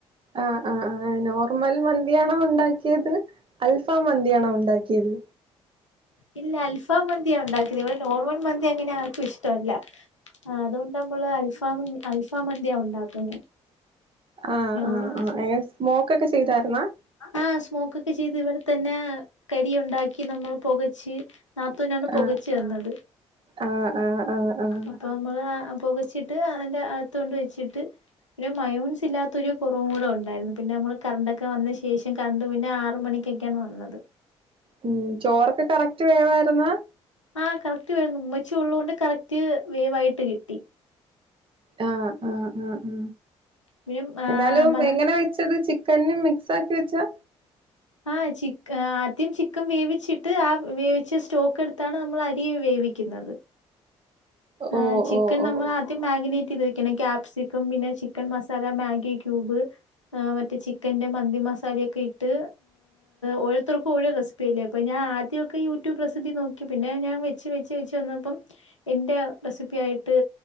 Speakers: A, on the right; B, on the left.
A: ആഹ ആഹ ആഹ നോർമൽ മന്തിയാണോ ഉണ്ടാക്കിയത് അൽഫാമ് മന്തിയാണോ ഉണ്ടാക്കിയത്.
B: ഇല്ല അൽഫാമന്തിയ ഉണ്ടാകണേ ഇവിടെ നോർമൽ മന്തി അങ്ങനെ ആർക്കും ഇഷ്ടമല്ല. ആഹ അതൊണ്ടമ്മള് അൽഫാമ് അൽഫാ മന്തിയാ ഉണ്ടാക്കുന്നേ
A: ആഹ്
B: നോർമൽ
A: ആഹ ആഹ എങ്ങനെ സ്മോക്ക് ഒക്കെ ചെയ്തായിരുന്ന
B: ആഹ സ്മോക്കൊക്കെ ചെയ്ത് ഇവിടെ തന്നെ കരി ഉണ്ടാക്കി നമ്മൾ പുകച്ച്. നാത്തൂനാണ് പൊകച്ച്തന്നത്
A: ആഹ് ആഹ് ആഹ് ആഹ് ആഹ്
B: അപ്പോ നമ്മള് പുകച്ചിട്ട് അതിന്റെ അകത്തൊണ്ട് വെച്ചിട്ട്, ഒരു മയോൻസ് ഇല്ലാത്തൊരു കുറവും കൂടെ ഉണ്ടായിരുന്നു. പിന്നെ നമ്മൾ കറണ്ടൊക്കെ വന്ന ശേഷം കറണ്ട് പിന്നെ ആറ് മണിക്കൊക്കെയാണ് വന്നത്.
A: മ്മ് ചോറൊക്കെ കറക്റ്റ് വേവായിരുന്നാ
B: ആഹ കറക്റ്റ് വെന്ന് ഉമ്മച്ചി ഉള്ളോണ്ട് കറക്റ്റ് വേവായിട്ട് കിട്ടി.
A: ആഹ ആഹ് ആഹ
B: പിന്നെ
A: എന്നാലും
B: മ
A: എങ്ങനെ വെച്ചത്? ചിക്കന് മിക്സാക്കി വെച്ചാ
B: ആഹ ചിക്ക ആദ്യം ചിക്കൻ വേവിച്ചിട്ട് ആ വേവിച്ച സ്റ്റോക്ക് എടുത്താണ് നമ്മൾ അരി വേവിക്കുന്നത്.
A: ഓ
B: ആഹ ചിക്കൻ
A: ഓ ഓ
B: നമ്മ നമ്മളാദ്യം മാഗിനേറ്റ് ചെയ്ത് വെക്കണം ക്യാപ്സിക്കം പിന്നെ ചിക്കൻ മസാല മാഗി ക്യൂബ്, മറ്റേ ചിക്കന്റെ മന്തി മസാലയൊക്കെ ഇട്ട് ഓരോരുത്തർക്കും ഓരോ റെസി പിന്നേപ്പ ഞാ ആദ്യമൊക്കെ യൂടൂബ് റെസിപി നോക്കി പിന്ന ഞൻ വെച്ച് വെച്ച് വെച്ച് വന്നപ്പം എന്റെ റെസിപ്പി ആയിട്ട്